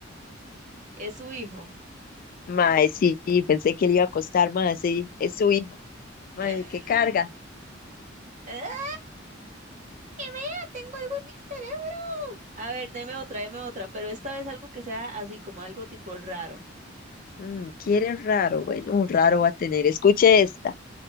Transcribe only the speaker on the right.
Es su hijo.
<laughs>
¡Ah! ¡Que vea! Tengo algo en mi cerebro. A ver, deme otra, deme otra, pero esta vez algo que sea así como algo tipo raro.